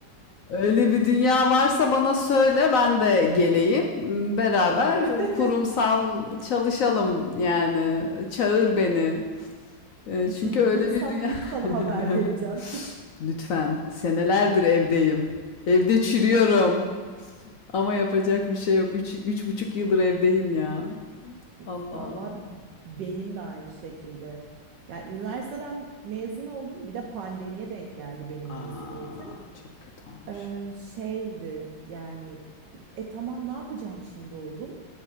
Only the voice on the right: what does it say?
olur? <laughs>
Bulursam
ilk sana
haber vereceğim.
Üf,
Vallahi benim de aynı şekilde. Yani üniversiteden mezun oldum. Bir de pandemiye denk geldi benim
mezuniyetim.
Ee, şeydi yani e, e, tamam ne yapacağım şimdi oldum.